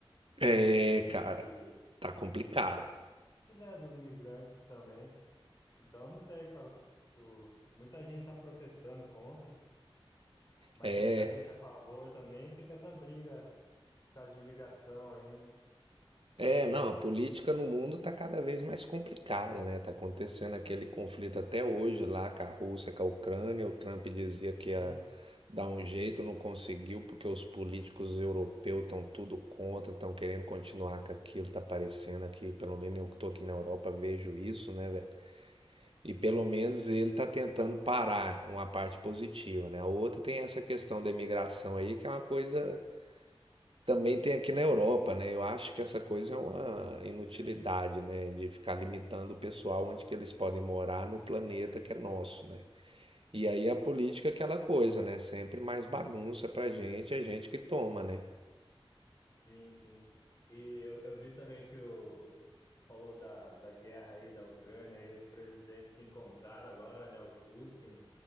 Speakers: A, on the right; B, on the left.
A: É,
B: E,
A: cara, tá complicado.
B: né, dos imigrantes também. Então, eu não sei qual. O, muita gente está protestando contra, mas
A: É.
B: tem muita gente a favor também. e Fica essa briga por causa de imigração aí, né?
A: É, não, a política no mundo está cada vez mais complicada, né? Tá acontecendo aquele conflito até hoje lá com a Rússia, com a Ucrânia. O Trump dizia que
B: Sim,
A: ia dar um jeito, não conseguiu, porque os políticos europeus estão tudo contra, estão querendo continuar com aquilo. Tá parecendo aqui, pelo menos eu que tô aqui na Europa, vejo isso, né, velho? E pelo menos ele tá tentando parar, uma parte positiva, né? A outra tem essa questão da imigração aí, que é uma coisa também tem aqui na Europa, né? Eu acho que essa coisa é uma inutilidade,
B: né?
A: né? De ficar limitando o pessoal onde que eles podem morar no planeta que é nosso, né? E aí a política é aquela coisa, né? Sempre mais bagunça pra gente, é a gente que toma, né?
B: sim, sim. E eu, eu vi também que o, o- você falou da, da guerra aí da Ucrânia e os presidentes se encontraram agora, né? O Putin